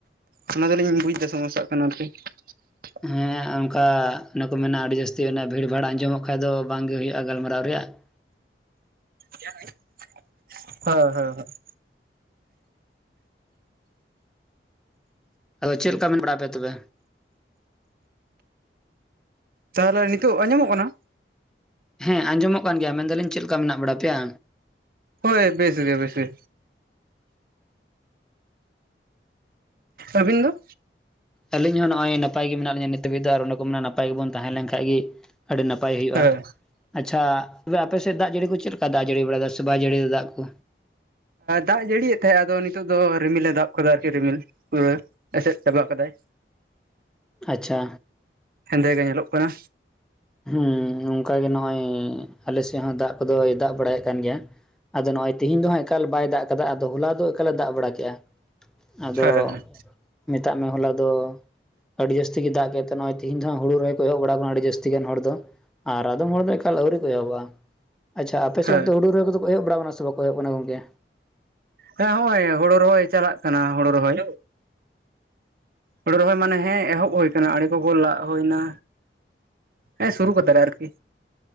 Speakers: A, on the right; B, in the centre.
A: ᱚᱱᱟ ᱫᱚᱞᱤᱧ ᱵᱩᱡ ᱮᱫᱟ ᱥᱚᱢᱚᱥᱟᱜ ᱠᱟᱱᱟ ᱟᱨᱠᱤ, <unintelligible>
B: ᱦᱮᱸ ᱚᱱᱠᱟ ᱚᱱᱟᱠᱚ ᱢᱮᱱᱟ ᱟᱹᱰᱤ ᱡᱟᱹᱥᱛᱤ ᱚᱱᱟ ᱵᱷᱤᱲᱼᱵᱷᱟᱲ ᱟᱸᱡᱚᱢᱚᱜ ᱠᱷᱟᱱ ᱫᱚ ᱵᱟᱝᱜᱮ ᱦᱩᱭᱩᱜᱼᱟ ᱜᱟᱞᱢᱟᱨᱟᱣ ᱨᱮᱭᱟᱜ ᱾
A: ᱦᱮᱸ ᱦᱮᱸ ᱦᱮᱸ ᱾
B: ᱟᱫᱚ ᱪᱮᱫ ᱞᱮᱠᱟ ᱢᱮᱱ ᱵᱟᱲᱟ ᱯᱮᱭᱟ ᱛᱚᱵᱮ?
A: ᱛᱟᱦᱚᱞᱮ ᱱᱤᱛᱚᱜ ᱟᱸᱡᱚᱢᱚᱜ ᱠᱟᱱᱟ?
B: ᱦᱮᱸ ᱟᱸᱡᱚᱢᱚᱜ ᱠᱟᱱ ᱜᱮᱭᱟ ᱢᱮᱱ ᱫᱟᱞᱤᱧ ᱪᱮᱫ ᱞᱮᱠᱟ ᱢᱮᱱᱟᱜ ᱵᱟᱲᱟ ᱯᱮᱭᱟ?
A: ᱦᱳᱭ ᱵᱮᱥ ᱜᱮ ᱵᱮᱥ ᱜᱮ᱾ ᱨᱵᱤᱱ ᱫᱚ?
B: ᱟᱹᱞᱤᱧ ᱦᱚᱸ ᱱᱚᱜᱼᱭ ᱱᱟᱯᱟᱭ ᱜᱮ ᱢᱮᱱᱟᱜ ᱞᱤᱧᱟᱹ ᱱᱤᱛ ᱦᱟᱹᱵᱤᱡ ᱫᱚ ᱟᱨ ᱚᱱᱟ ᱠᱚ ᱢᱮᱱᱟᱜ ᱱᱟᱯᱟᱭ ᱜᱮᱵᱚᱱ ᱛᱟᱸᱦᱮ ᱞᱮᱱ ᱠᱷᱟᱡ ᱜᱤ ᱟᱹᱰᱤ ᱱᱟᱯᱟᱭ ᱦᱩᱭᱩᱜᱼᱟ
A: ᱦᱮᱸ
B: ᱾ ᱟᱪᱪᱷᱟ ᱛᱚᱵᱮ ᱟᱯᱮᱥᱮᱫ ᱫᱟᱜ ᱡᱟᱹᱲᱤ ᱠᱚ ᱪᱮᱫ ᱞᱮᱠᱟ ᱫᱟᱜ ᱡᱟᱹᱲᱤ ᱵᱟᱲᱟᱮᱫᱟ ᱥᱮ ᱵᱟᱭ ᱡᱟᱹᱲᱤᱫᱟ ᱫᱟᱜ ᱠᱚ?
A: ᱫᱟᱜ ᱡᱟᱹᱲᱤᱭᱮᱫ ᱛᱟᱦᱮᱸᱫ ᱟᱫᱚ ᱱᱤᱛᱚᱜ ᱫᱚ ᱨᱤᱢᱤᱞ ᱮ ᱫᱟᱵ ᱟᱠᱟᱫᱟ ᱟᱨᱠᱤ ᱨᱤᱢᱤᱞ ᱯᱩᱨᱟᱹ᱾ ᱮᱥᱮᱫ ᱪᱟᱵᱟᱜ ᱠᱟᱫᱟᱭ᱾
B: ᱟᱪᱪᱷᱟ᱾
A: ᱦᱮᱸᱫᱮ ᱜᱮ ᱧᱮᱞᱚᱜ ᱠᱟᱱᱟ᱾
B: ᱦᱮᱸ ᱚᱝᱠᱟᱜᱮ ᱱᱚᱜᱼᱚᱭᱻ ᱟᱞᱮ ᱥᱮᱫ ᱦᱚᱸ ᱫᱟᱜ ᱠᱚᱫᱚᱭ ᱫᱟᱜ ᱵᱟᱲᱟᱭᱮᱫ ᱠᱟᱱ ᱜᱮᱭᱟ᱾ ᱟᱫᱚ ᱱᱚᱜᱼᱚᱭ ᱛᱤᱦᱤᱧ ᱫᱚ ᱦᱟᱸᱜ ᱮᱠᱟᱞ ᱵᱟᱭ ᱫᱟᱜ ᱠᱟᱫᱟ ᱟᱫᱚ, ᱦᱚᱞᱟ ᱫᱚ ᱮᱠᱟᱞᱮ ᱫᱟᱜ ᱵᱟᱲᱟ ᱠᱮᱜᱼᱟ᱾ ᱟᱫᱚ
A: ᱦᱮᱸ ᱦᱮᱸ
B: ᱢᱮᱛᱟᱜ ᱢᱮ ᱦᱚᱞᱟ ᱫᱚᱻ ᱟᱹᱰᱤ ᱡᱟᱹᱥᱛᱤ ᱜᱮ ᱫᱟᱜ ᱠᱮᱫ ᱛᱮ ᱱᱚᱜᱼᱚᱭ ᱛᱤᱦᱮᱧ ᱫᱚ ᱦᱟᱸᱜ ᱦᱩᱲᱩ ᱨᱚᱦᱚᱭ ᱠᱚ ᱮᱦᱚᱵ ᱵᱟᱲᱟ ᱟᱠᱟᱱᱟ ᱟᱹᱰᱤ ᱡᱟᱹᱥ ᱛᱤᱜᱟᱱ ᱦᱚᱲ ᱫᱚ ᱟᱨ ᱟᱫᱚᱢ ᱦᱚᱲ ᱫᱚ ᱮᱠᱟᱞ ᱟᱹᱣᱨᱤ ᱠᱚ ᱮᱦᱚᱵᱚᱜᱼᱟ, ᱟᱪᱪᱷᱟ ᱟᱯᱮ
A: ᱦᱮᱸ
B: ᱥᱱ ᱫᱚ ᱦᱩᱲᱩ ᱨᱦᱚᱭ ᱠᱚᱫᱚ ᱠᱚ ᱮᱦᱚᱵ ᱵᱟᱲᱟᱣ ᱟᱠᱟᱱᱟ ᱥᱮ ᱵᱟᱠᱚ ᱮᱦᱚᱵ ᱠᱟᱱᱟ ᱜᱚᱢᱠᱮ?
A: ᱦᱮᱸ ᱦᱚᱜᱚᱭ ᱦᱳᱲᱳ ᱨᱚᱦᱚᱭ ᱪᱟᱞᱟᱜ ᱠᱟᱱᱟ, ᱦᱳᱲᱳ ᱨᱚᱦᱚᱭ᱾ ᱦᱳᱲᱩ ᱨᱦᱚᱭ ᱢᱟᱱᱮ ᱦᱮᱸ ᱮᱦᱚᱵ ᱦᱩᱭ ᱟᱠᱟᱱᱟ ᱟᱲᱮ ᱠᱚᱠᱚ ᱞᱟᱜ ᱦᱩᱭᱱᱟ᱾ ᱦᱮᱸ ᱥᱩᱨᱩ ᱠᱟᱫᱟᱞᱮ ᱟᱨᱠᱤ᱾